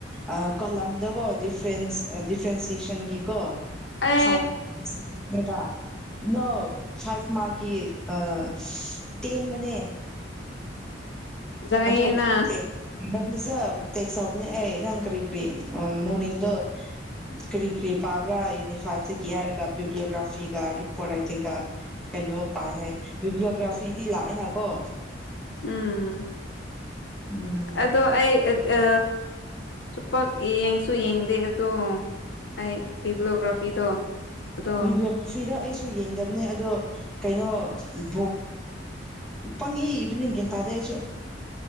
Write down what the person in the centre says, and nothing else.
ꯑꯥ ꯀꯂꯝꯗꯀꯣ ꯗꯤꯐ꯭ꯔꯦꯟꯁ ꯗꯤꯐ꯭ꯔꯦꯟꯁꯦꯁꯟꯒꯤꯀꯣ
ꯐꯥꯏꯚ <unintelligible> ꯅꯣ ꯐꯥꯏꯚ ꯃꯥꯛ ꯀꯤ ꯑꯥ ꯇꯦꯟꯕꯅꯦ
ꯑꯗꯣ ꯂꯥꯛꯇꯦ <unintelligible> ꯔꯤꯖꯔꯕ ꯇꯦꯛꯁ ꯌꯥꯎꯕꯅꯦ ꯑꯩ ꯅꯪ ꯀ꯭ꯔꯤ ꯀ꯭ꯔꯤ ꯃꯣꯔꯅꯤꯡꯗꯣ ꯀ꯭ꯔꯤ ꯀ꯭ꯔꯤ ꯄꯥꯕ꯭ꯔꯥ ꯌꯨꯅꯤꯠ ꯐꯥꯏꯚꯇꯒꯤ ꯍꯥꯏꯔꯒ ꯚꯤꯗꯤꯑꯣꯒ꯭ꯔꯥꯐꯤꯒ ꯔꯤꯄꯣꯔꯠ ꯔꯥꯏꯇꯤꯡꯒ ꯀꯩꯅꯣ ꯄꯥꯏ ꯍꯥꯏ ꯚꯤꯕ꯭ꯂꯤꯌꯣꯒ꯭ꯔꯥꯐꯤꯗꯤ ꯂꯥꯛꯑꯦꯅꯀꯣ
ꯎꯝ
ꯕꯤꯕ꯭ꯂꯣꯒ꯭ꯔꯥꯐꯤꯗꯣ ꯑꯩꯁꯨ ꯌꯦꯡꯗꯕꯅꯦ ꯑꯗꯣ ꯀꯩꯅꯣ ꯚꯣꯛ ꯄꯪꯏ ꯏꯕꯅꯤ ꯒ꯭ꯌꯥꯟ ꯇꯥꯗꯦ ꯑꯩꯁꯨ